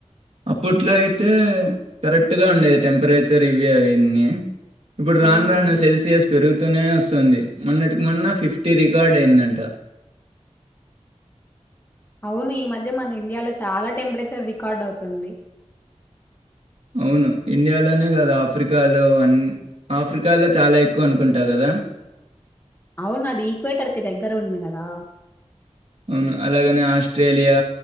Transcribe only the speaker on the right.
అప్పట్లో అయితే కరెక్ట్గా ఉండేది టెంపరేచర్ రివ్యూ అన్ని ఇప్పుడు రాను
రాను సెల్సియస్ పెరుగు నే వస్తుంది మొన్నటికి మొన్న ఫిఫ్టీ రికార్డ్ అయిందంట
అవును ఇండియాలోనే కాదుా ఆఫ్రికాలో అ ఆఫ్రికాలో చాలా ఎక్కువ అనుకుంటా కదా
అవును అలాగనే ఆస్ట్రేలియా